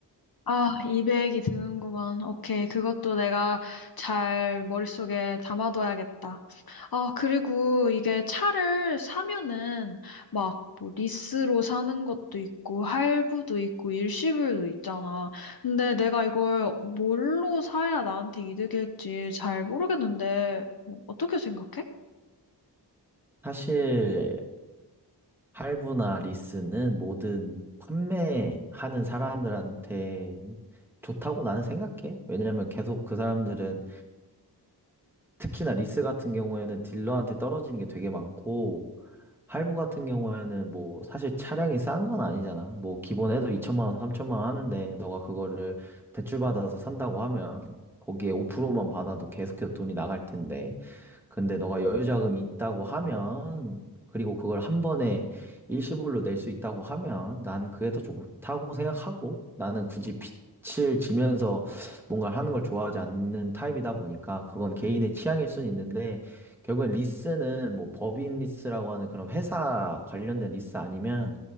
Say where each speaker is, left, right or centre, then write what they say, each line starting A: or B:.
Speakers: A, on the left; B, in the centre.
A: 아, 200이 드는구만. 오케이. 그것도 내가 잘 머릿속에 담아둬야겠다. 아, 그리고 이게 차를 사면은 막 뭐 리스로 사는 것도 있고 할부도 있고 일시불도 있잖아. 근데 내가 이걸 뭘로 사야 나한테 이득일지 잘 모르겠는데 뭐 어떻게 생각해?
B: 사실 할부나 리스는 모든 판매하는 사람들한테 좋다고 나는 생각해. 왜냐면 계속 그 사람들은 특히나 리스 같은 경우에는 딜러한테 떨어지는 게 되게 많고 할부 같은 경우에는 뭐 사실 차량이 싼 건 아니잖아. 뭐 기본에도 2천만 원, 3천만 원 하는데 너가 그거를 대출받아서 산다고 하면 거기에 5%만 받아도 계속해서 돈이 나갈 텐데 근데 너가 여유자금이 있다고 하면, 그리고 그걸 한 번에 일시불로 낼 수 있다고 하면, 난 그게 더 좋다고 생각하고, 나는 굳이 빚을 지면서 뭔가 하는 걸 좋아하지 않는 타입이다 보니까, 그건 개인의 취향일 수는 있는데, 결국엔 리스는 뭐 법인 리스라고 하는 그런 회사 관련된 리스 아니면,